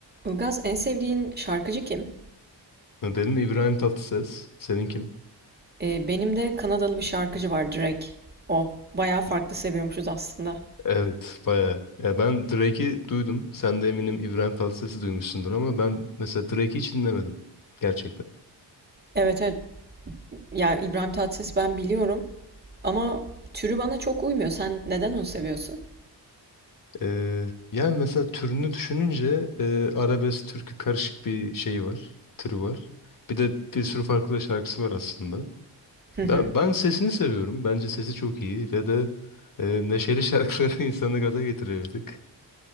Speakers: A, on the right; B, on the left.
A: Ilgaz en sevdiğin şarkıcı kim?
B: Benim İbrahim Tatlıses. Senin kim?
A: Ee, benim de Kanadalı bir şarkıcı var Drake. O. Bayağı farklı seviyormuşuz aslında.
B: Evet, bayağı. Ya ben Drake'i duydum. Sen de eminim İbrahim Tatlıses'i duymuşsundur ama ben mesela Drake'i hiç dinlemedim. Gerçekten.
A: Evet evet. Yani İbrahim Tatlıses ben biliyorum. Ama türü bana çok uymuyor. Sen neden onu seviyorsun?
B: Ee, yani mesela türünü düşününce e, arabesk türkü karışık bir şeyi var. Türü var. Bir de bir sürü farklı da şarkısı var aslında.
A: Hı
B: Ben,
A: hı.
B: ben sesini seviyorum. Bence sesi çok iyi ve de e, neşeli şarkıları <laughs> insanı gaza getiriyor bir tık.